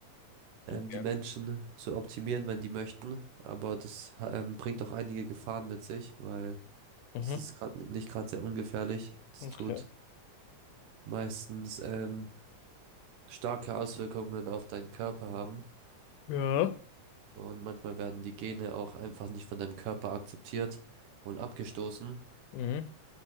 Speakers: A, on the right; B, on the left.
A: ähm,
B: Okay.
A: die Menschen zu optimieren, wenn die möchten. Aber das, ähm, bringt auch einige Gefahren mit sich, weil
B: Mhm.
A: das ist gerade nicht gerade sehr ungefährlich. Das
B: Okay.
A: tut meistens, ähm, starke Auswirkungen auf deinen Körper haben.
B: Ja.
A: Und manchmal werden die Gene auch einfach nicht von deinem Körper akzeptiert und abgestoßen.
B: Mhm.